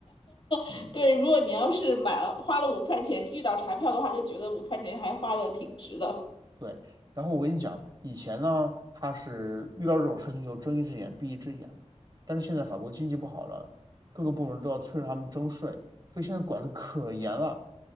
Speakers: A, on the right (about 35°); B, on the left (about 45°).
A: 嗯，
B: <laughs> 对，如果你要是买了花了五块钱遇到查票的话，就觉得五块钱还花的挺值的。
A: 对。然后我跟你讲，以前呢，它是遇到这种事情就睁一只眼闭一只眼了，但是现在法国经济不好了，各个部门都要催着他们征税，所以现在管的可严了。